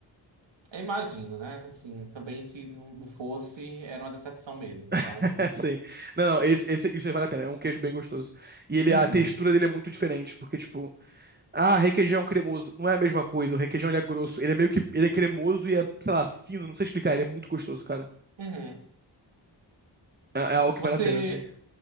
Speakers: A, on the right; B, on the right.
A: eu imagino, né? Assim, também se não não fosse, era uma decepção mesmo. Então,
B: <laughs> Sim. Não, não, esse, esse, isso aí vale a pena. É um queijo bem gostoso. E ele,
A: uhum,
B: a textura dele é muito diferente, porque, tipo, Ah, requeijão cremoso. Não é a mesma coisa. O requeijão ele é grosso. Ele é meio que. Ele é cremoso e é, sei lá, fino. Não sei explicar. Ele é muito gostoso, cara.
A: uhum.
B: É, é algo que
A: Você
B: vale a pena, assim.